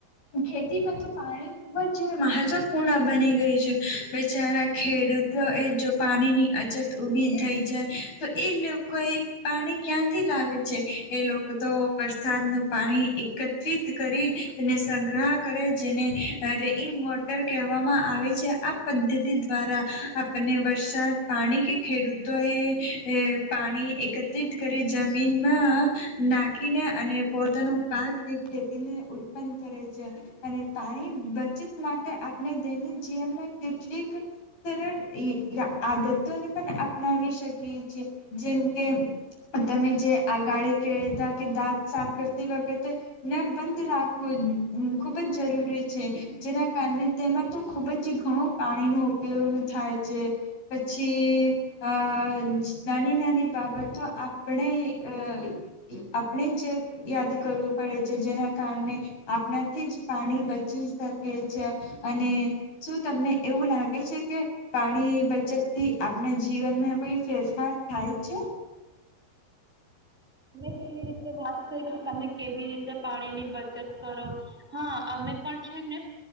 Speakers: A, on the left (about 65°); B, in the centre.
A: ખેતીમાં તો પાણી ખુબ જ મહત્વપૂર્ણ બની ગય છે. બેચારા ખેડૂત અ જો પાણીની અછત ઊભી થઈ જાય, તો એ લોકો એ પાણી ક્યાંથી લાવે છે. એ લોકો તો વરસાદનું પાણી એકત્રિત કરી અને સંગ્રહ કરે. જેને રૈન વોટર કહેવામાં આવે છે. આ પદ્ધતિ દ્વારા આપળને વરસાદ પાણી કે ખેડૂતો એ એ પાણી એકત્રિત કરી જમીનમાં નાખીને અને પોતાનું પાક કે ખેતીને ઉત્પન્ન કરે છે. અને પાણી બચત માટે આપણે દૈનિક જીવનમાં કેટલીક સરળ ઈ ય આદતોને પણ અપનાવી શકીએ છીએ. જેમ કે તમે જે અગાળી કેહતા કે, દાંત સાફ કરતી વખતે નળ બંધ રાખવું ખૂબ જ જરૂરી છે. જેના કારને તેમાં તો ખૂબ જ ઘણું પાણીનો ઉપયોગ થાય છે. પછી આ નાની નાની બાબતો આપણે અ આપણે જ યાદ કરવું પડે છે. જેના કારણે આપણાથી જ પાણી બચી શકે છે અને શું તમને એવું લાગે છે કે પાણી બચતથી આપના જીવનમાં કોઈ ફેરફાર થાય છે?
B: અમે જેવી રીતે વાત કરી તમે કેવી રીતે પાણીની બચત કરો. હા, અમે પણ છે ને